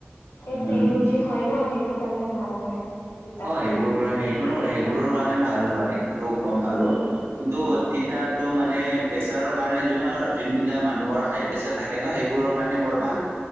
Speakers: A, on the left (about 85°); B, on the right (about 85°).
A: এই
B: উম
A: পেলু যে হয় ন সেইটোৰ কাৰণে ভাল হয়। তিতা
B: অ
A: খালে।
B: সেইবোৰ বোৰ সেই সেইবোৰৰ কাৰনে ভাল হয় কিন্তু গম পালো
A: উম
B: কিন্তু
A: উম
B: তিতোটো মানে প্ৰেচাৰৰ কাৰণে য যোনবিলাক মানুহৰ হাই প্ৰেচাৰ থাকে ন সেইবোৰৰ কাৰণে বৰ ভাল।